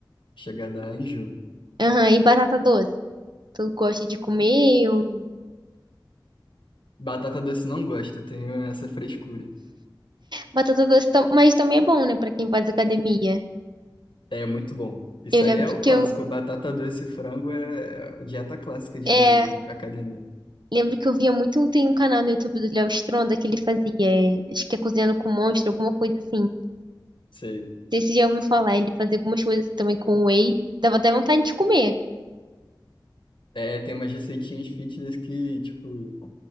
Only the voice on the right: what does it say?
Aham, e batata doce? Tu gosta de comer ou
batata doce, <laughs> tam- mas também é bom, né, Pra quem faz academia.
Eu lembro
que
eu
é,
lembro que eu via muito, tem um canal no YouTube do Léo Stronda que ele fazia, é, acho que é cozinhando com monstro, alguma coisa assim. Não
sei se você já ouviu falar, ele fazia algumas coisas assim também com whey, dava até vontade de comer.